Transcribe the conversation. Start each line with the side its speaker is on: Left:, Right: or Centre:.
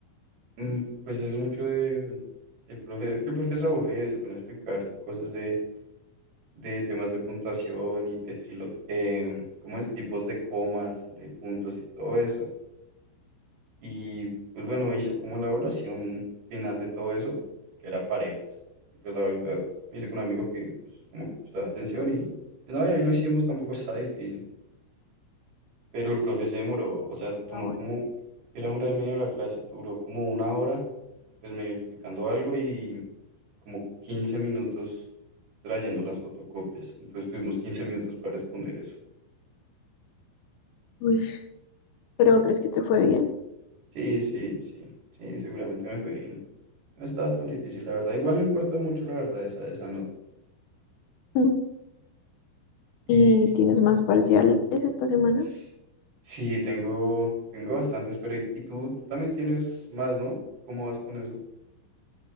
Right: Mm, Pues es mucho de... El profe, es que el profe es aburrido y se pone a explicar cosas de, de temas de puntuación y de estilos, eh, ¿cómo es? Tipos de comas, de puntos y todo eso. Y pues bueno, hizo como la evaluación final de todo eso, que era parejas. Y pues la verdad, me hice con un amigo que pues como que prestaba atención y, y no, y ahí lo hicimos, tampoco estaba difícil. Pero el profe se demoró, o sea, tomó
Left: Ah, bueno.
Right: como, era una hora y media la clase, duró como una hora, pues medio explicando algo y como 15 minutos trayendo las fotocopias. Entonces tuvimos 15 minutos para responder eso.
Left: Uy, ¿pero crees que te fue bien?
Right: Sí, sí, sí, sí, seguramente me fue bien. No estaba tan difícil, la verdad. Igual no importa mucho, la verdad, esa, esa nota.
Left: Mm.
Right: Y
Left: ¿Y tienes más parciales esta semana?
Right: s- sí, tengo, tengo bastantes, pero y, y tú, tú también tienes más, ¿no? ¿Cómo vas con eso?